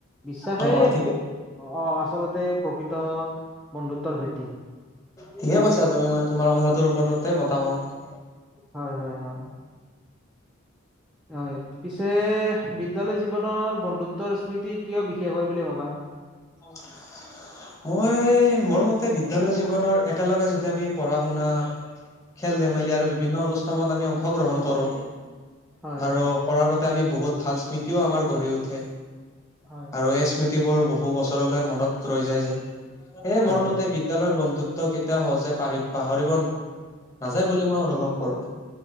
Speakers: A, in the centre; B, on the left (about 15°).
A: বিশ্বাসে
B: অ', ঠিকে
A: অ আচলতে প্ৰকৃত বন্ধুত্বৰ ভেটি
B: ঠিকে কৈছা। তুমি মই তোমাৰ কথাটোৰ ওপৰতে মতামত।
A: হয় হয় হয়।
B: <inaudible>
A: হয়। পিছে বিদ্যয়ালয় জীৱনৰ বন্ধুত্বৰ স্মৃতি কিয় বিশেষ হয় বুলি ভাবা?
B: <unintelligible> মই মোৰ মতে বিদ্যালয় জীৱনৰ একেলগে যদি আমি পঢ়া শুনা, খেল ধেমালি আৰু বিভিন্ন অনুষ্ঠানত আমি অংশগ্ৰহণ কৰোঁ,
A: হয় হয়
B: আৰু কৰাৰ বাবে আমি বহুত ভাল স্মৃতিও আমাৰ গঢ়ি উঠে।
A: হয়
B: আৰু এই স্মৃতিবোৰ বহু বছৰলৈ মনত ৰৈ যায় যে। এ মোৰ
A: হয়
B: মতে
A: হয়
B: বিদ্যালয়ৰ বন্ধুত্ব কেতি - এয়া সহজে পাৰি পাহৰিব নাযায় বুলি মই অনুভৱ কৰো।